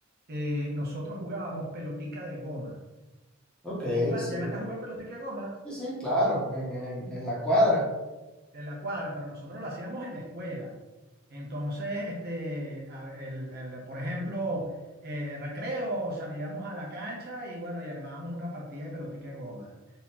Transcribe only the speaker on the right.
Eh, nosotros jugábamos pelotica de goma.
Tú juga-
llegaste a jugar pelotica de goma
en la cuadra, pero nosotros lo hacíamos en la escuela. Entonces, este, a ver, el- el- por ejemplo, eh, recreo, salíamos a la cancha y bueno, y armábamos una partida de pelotica de goma.